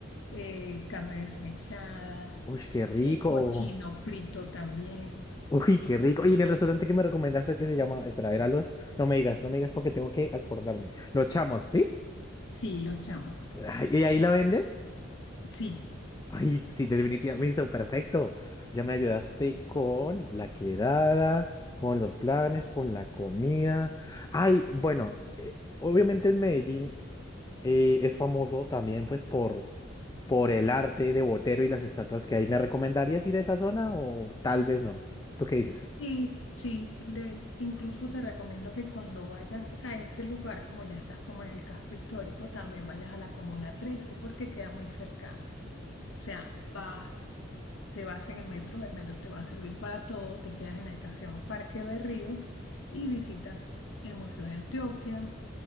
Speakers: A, on the left; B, on the left.
A: eh, carne desmechada,
B: Uy, qué rico.
A: Eh, cochino frito también.
B: Uy, qué rico. Y en el restaurante que me recomendaste que se llama, espera, era los, no me digas, no me digas porque tengo que acordarme. Los chamos, ¿sí?
A: Sí, los chamos.
B: Ay, ¿Y ahí la venden?
A: Sí,
B: Ay, sí, definitivamente, listo, perfecto. Ya me ayudaste con la quedada, con los planes, con la comida. Ay, bueno, eh, obviamente en Medellín. eh, es famoso también pues por, por el arte de Botero y las estatuas que hay. ¿Me recomendarías ir a esa zona o tal vez no? ¿Tú qué dices?
A: sí, sí. Le, incluso te recomiendo que cuando vayas a ese lugar, como ya estás como en el casco histórico, también vayas a la Comuna 13 porque queda muy cercano. O sea, vas. te vas en el metro, el metro te va a servir para todo, te quedas en la estación Parque de Ríos y visitas el Museo de Antioquia